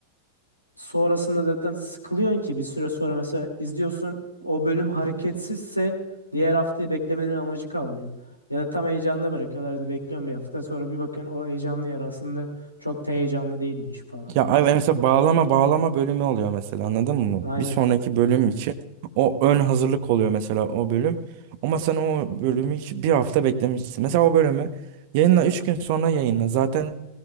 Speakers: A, on the left; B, on the right.
A: Sonrasında zaten sıkılıyorsun ki bir süre sonra mesela izliyorsun o bölüm hareketsizse diğer haftayı beklemenin amacı kalmıyor. Ya da tam heyecanla bırakıyorlar. Hadi bekliyorum bir hafta sonra bir bakın o heyecanlı yer aslında çok da heyecanlı değilmiş falan.
B: Ya ay- mesela bağlama bağlama bölümü oluyor mesela anladın mı?
A: Aynen.
B: Bir sonraki bölüm için o ön hazırlık oluyor mesela o bölüm. Ama sen o bölümü hiç bir hafta beklemişsin. Mesela o bölümü yayınla 3 gün sonra yayınla. Zaten